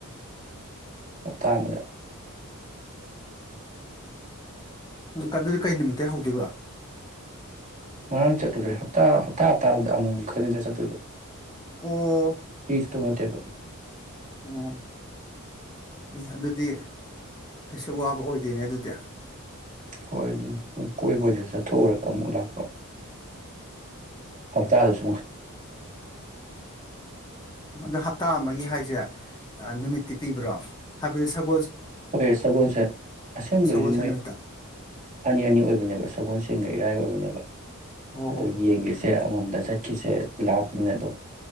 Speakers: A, on the right; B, on the left.
A: ꯍꯞꯇꯥ ꯑꯃꯗ
B: ꯑꯗꯨꯗꯤ ꯀꯩ ꯅꯨꯃꯤꯠꯇꯩ ꯍꯧꯗꯣꯏꯕ
A: ꯉꯔꯥꯡ ꯆꯠꯂꯨꯔꯦ ꯍꯞꯇꯥ ꯍꯞꯇꯥ ꯍꯞꯇꯥꯗꯨꯗ ꯑꯃꯨꯛ ꯃꯨꯛ ꯈꯛꯇꯅꯤꯗ ꯆꯠꯇꯣꯏꯗꯣ
B: ꯑꯣ
A: ꯇꯧ ꯅꯠꯇꯕ
B: ꯑꯣ ꯑꯦ ꯑꯗꯨꯗꯤ ꯀꯩꯁꯨ ꯋꯥꯕ ꯑꯣꯏꯗꯣꯏꯅꯦ ꯑꯗꯨꯗꯤ
A: ꯍꯣꯏ ꯑꯗꯨꯅꯤ ꯀꯣꯏꯕ ꯑꯣꯏꯅꯁꯨ ꯆꯠꯊꯣꯛꯎꯔꯒ ꯑꯃꯨꯛ ꯂꯥꯛꯄ ꯍꯞꯇꯥꯗꯨꯁꯨ
B: ꯑꯗꯥꯥ ꯍꯞꯇꯥ ꯑꯃꯒꯤ ꯍꯥꯏꯁꯦ ꯑꯥ ꯅꯨꯃꯤꯠꯇꯤ ꯄꯤꯕ꯭ꯔꯣ ꯍꯥꯏꯕꯗꯤ ꯁꯞ
A: ꯍꯣꯏ ꯁꯒꯣꯜꯁꯦꯟ ꯑꯁꯦꯡꯕꯗꯤ
B: ꯁꯒꯣꯜꯁꯦꯟ
A: ꯃꯣꯏ
B: ꯅꯨꯃꯤꯠꯇ
A: ꯑꯅꯤ ꯑꯅꯤ ꯑꯣꯏꯕꯅꯦꯕ ꯁꯒꯣꯜꯁꯦꯟ ꯁꯦꯟꯒ ꯏꯔꯥꯏ ꯑꯣꯏꯕꯅꯦꯕ
B: ꯑꯣ
A: ꯑꯗꯣ
B: ꯑꯣ
A: ꯌꯦꯡꯈꯤꯁꯦ ꯑꯃꯃꯝꯗ ꯆꯠꯈꯤꯁꯦ ꯂꯥꯞꯄꯅꯤꯅ ꯑꯗꯣ